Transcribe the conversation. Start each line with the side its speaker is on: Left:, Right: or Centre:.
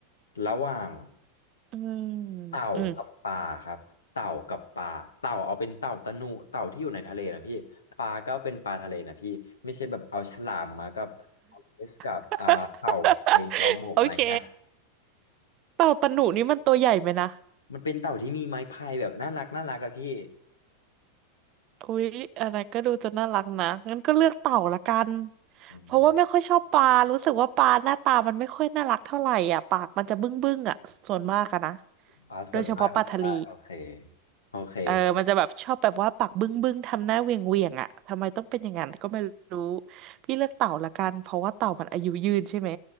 Left: ระหว่าง
Right: อืม
Left: เต่ากับปลาครับเต่ากับปลาเต่าเอาเป็นเต่าตะหนุเต่าที่อยู่ในทะเลนะพี่ปลาก็เป็นปลาทะเลนะพี่ไม่ใช่แบบเอาฉลามมากับ
Right: อืม
Left: เอสกับอ่าเต่าไทยเต่าบกอะไรนะ
Right: <laughs> โอเคเต่าตะหนุนี่มันตัวใหญ่ไหมนะ
Left: มันเป็นเต่าที่มีไม้พายแบบน่ารักน่ารักอะพี่
Right: อุ๊ยอะไรก็ดูจะน่ารักนะงั้นก็เลือกเต่าละกัน
Left: อืม
Right: เพราะว่าไม่ค่อยชอบปลารู้สึกว่าปลาหน้าตามันไม่ค่อยน่ารักเท่าไหร่อ่ะปากมันจะบึ้งบึ้งอ่ะส่วนมากอะนะ
Left: อ๋อส่วนมากเลยได้โอเค
Right: โดยเฉพาะปลาทะเล
Left: โอเค
Right: เออมันจะแบบชอบแบบว่าปากบึ้งบึ้งทำหน้าเหวียงเวียงอ่ะทำไมต้องเป็นอย่างนั้นก็ไม่รู้พี่เลือกเต่าละกันเพราะว่าเต่ามันอายุยืนใช่ไหม